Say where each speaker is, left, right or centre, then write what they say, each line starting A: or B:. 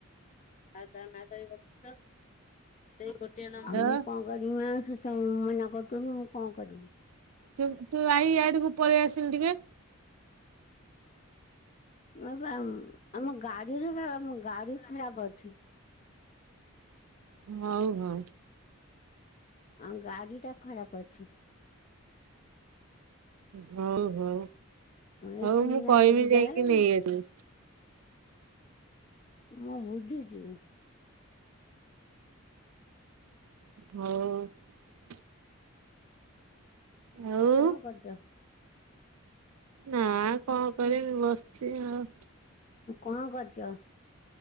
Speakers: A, on the left (about 35°); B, on the right (about 80°).
A: ଆଉ ତା ନା କାଇଁ ଗପୁଚ ସେଇ ଗ ଟିଏ ନମ୍ବର
B: ହାଲୋ
A: ରୁ ଆଉ ମୁଁ କଣ କରିବି? ତମେ ମନା କରିଦଉନ। କଣ କରିମି?
B: ତୁ ତୁ ଆଇ ଇଆଡୁକୁ ପଳେଇ ଆସିଲି ଟିକେ
A: ମ ପା ଆମ ଗାଡିରେ ବି ଆମ ଗାଡି ଖରାପ ଅଛି।
B: ହଉ ହଉ।
A: ଆଉ ଗାଡି ଟା ଖରାପ ଅଛି।
B: ହଉ ହଉ।
A: ଏ
B: ହଉ
A: କୁନିଆ
B: ମୁଁ କହିମି
A: ନେଇକି
B: ଯାଇକି
A: ଯାଏ।
B: ନେଇ ଆସିବି।
A: ମୁଁ ବୁଝୁଚି।
B: ହଉ। ଆଉ
A: ହଁ କଣ କରୁଚ?
B: ନା କଣ କରିମି ବସିଚି ଆଉ।
A: କଣ କରୁଚ?